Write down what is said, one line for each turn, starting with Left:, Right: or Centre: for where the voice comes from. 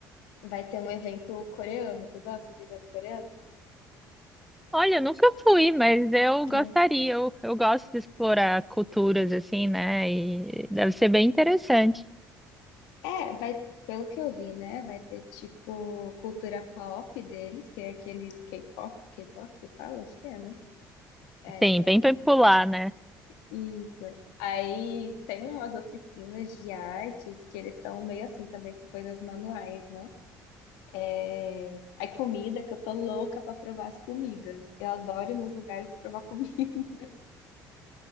Left: vai ter um evento coreano. Tu gosta de evento coreano?
Centre: Olha, eu nunca fui, mas eu
Left: Sim.
Centre: gostaria. Eu, eu gosto de explorar culturas assim, né? E deve ser bem interessante.
Left: É, vai, pelo que eu vi, né? Vai ter tipo cultura pop deles, que é aqueles K-pop, K-pop que fala, acho que é, né? É, acho
Centre: Sim,
Left: que é.
Centre: bem popular, né?
Left: Isso. Aí tem umas oficinas de artes que eles são meio assim também com coisas manuais, né? É, aí comida, que eu tô louca pra provar as comidas. Eu adoro ir nos lugares provar comida. <laughs>